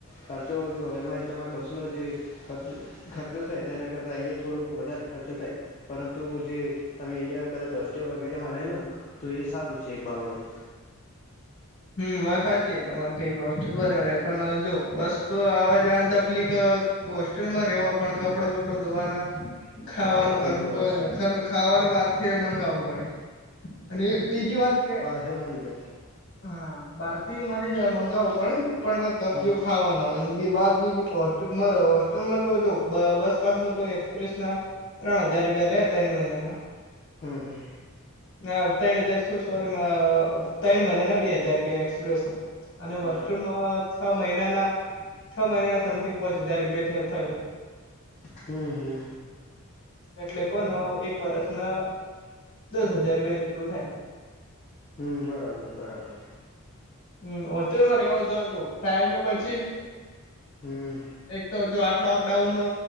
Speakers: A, on the left; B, on the left.
A: ખર્ચો જો, એમાં તમે બસ ને, જે ખર્ચો થાય તેને કરતા, અહીંયા થોડો વધારે ખર્ચો થાય, પરંતુ જે તમે અહીંયા કદાચ હોસ્ટેલ વગેરેમાં રહેલો ને, તો એ સારું છે એક બાબતે.
B: હમ, વાત સાચી છે. તમારે ક હોસ્ટેલ બરાબર, પણ જો બસ આવવા જવાની તકલીફ. હોસ્ટેલમાં રહેવા, પણ કપડ બપડો ધોવાના. ખાવાનું
A: હા હા
B: કરવું
A: એ પણ
B: મળે
A: વાત સારી
B: ને, ખાવાનું બહાર થી મગાવવું પડે. અને બીજી વાત કે
A: ઘરે મળી જાય.
B: હા, બહાર થી મારે જ્યાં મંગાવું પડે, પણ કરજો.
A: હમ
B: ખાવાના હો બાદ, બીજી હોસ્ટેલમાં રહે. હોસ્ટેલમાં તો જો બસપસમાં તો એક્સપ્રેસ ના ત્રણ હજાર રૂપિયા લે, ત્રણ મહિનાના.
A: હમ, હમ.
B: ના ત્રણ હજાર શું સોરી ત્રણ મહિને ના બે હાજાર રૂપિયા એક્સપ્રેસ ના અને વસ્તુમાં
A: બરાબર
B: છ મહિનાના છ મહિનાના સમથિંગ પોચ હજાર રૂપિયા થ્યા થઈ.
A: હમ હમ.
B: એટલે કોન એક વર્ષ ના દસ હજાર રૂપિયા જેટલું થાય.
A: હમ બરાબર બરાબર.
B: હમ હોસ્ટેલ મારે એવો ટાઈમે બછી
A: હમ.
B: એક તો જો આટલો અપડાઉન નો